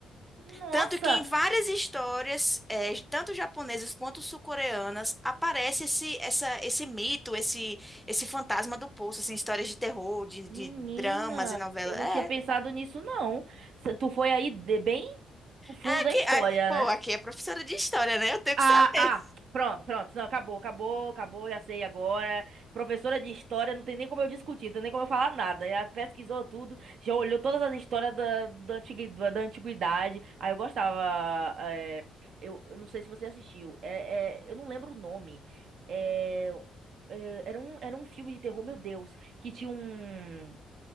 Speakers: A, on the right; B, in the centre.
A: Nossa,
B: Tanto que em várias histórias, eh, tanto japonesas quanto sul-coreanas, aparece esse, essa, esse mito, esse, esse fantasma do poço, assim, histórias de terror, de,
A: menina,
B: de dramas e novelas.
A: eu
B: É,
A: não tinha pensado nisso, não. Cê- Tu foi aí de- bem no fundo
B: É aqui,
A: da história,
B: é- pô,
A: né?
B: aqui é professora de história, né? Eu tenho
A: Ah,
B: que saber.
A: ah, pronto, pronto. Não, acabou, acabou, acabou, já sei agora. Professora de história, não tem nem como eu discutir, não tem nem como eu falar nada. Já pesquisou tudo, já olhou todas as histórias da, da, antigui- da da antiguidade. Aí eu gostava. é, eu, eu não sei se você assistiu. É, é, eu não lembro o nome. É, é, era um, era um filme de terror, meu Deus, que tinha um.